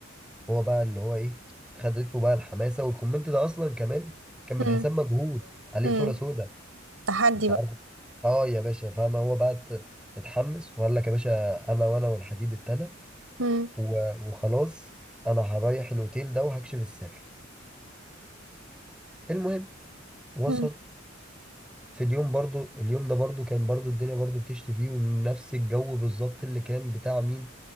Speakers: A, in the centre; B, on the right.
A: هو بقى اللي هو ايه خدته بقى الحماسه والكومنت ده اصلا كمان كان من
B: امم
A: حساب مجهول عليه
B: امم
A: صوره سوداء
B: تحدي
A: انت
B: بقى
A: عارف اه يا باشا فاهم هو بقى ات- اتحمس وقال لك يا باشا انا وانا والحديد التاني
B: امم
A: و- وخلاص انا هريح الاوتيل ده وهكشف السر المهم وصل
B: امم
A: في اليوم برضو اليوم ده برضو كان برضو الدنيا برضو بتشتي فيه ونفس الجو بالظبط اللي كان بتاع مين